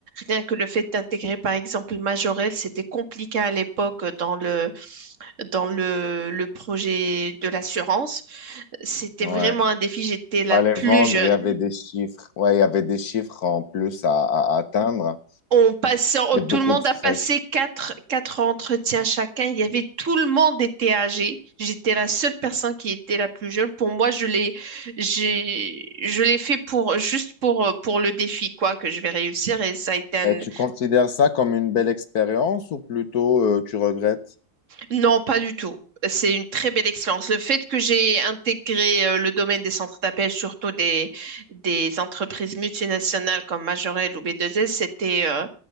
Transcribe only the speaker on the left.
Ouais.
Fallait
vendre.
Il y avait des chiffres. Ouais, il y avait des chiffres en plus à à- atteindre
et
beaucoup
de stress.
Et tu considères ça comme une belle expérience ou plutôt euh, tu regrettes?